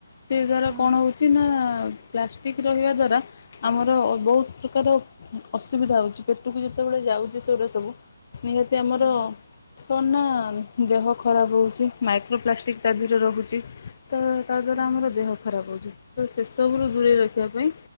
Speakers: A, on the left; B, on the right.
A: ସେ ଦ୍ୱାରା
B: ହଁ
A: କଣ ହେଉଛି ନା ପ୍ଲାଷ୍ଟିକ୍ ରହିବା ଦ୍ଵାରା ଆମର ବହୁତ ପ୍ରକାର ଅସୁବିଧା ହଉଛି ପେଟକୁ ଯେତେବେଳେ ଯାଉଛି ସେଗୁଡ଼ା ସବୁ ନିହାତି ଆମର
B: ହଁ
A: କଣ ନା ଦେହ ଖରାପ ହେଉଛି ମାଇକ୍ରୋପ୍ଲାଷ୍ଟିକ୍ ତା
B: ହଁ
A: ଦେହରେ ରଖହୁଛି ତ ତା ଦ୍ୱାରା
B: ହଁ।
A: ଆମର ଦେହ ଖରାପ ହେଉଛି ତ ସେସବୁରୁ ଦୂରେଇ ରଖିବା ପାଇଁ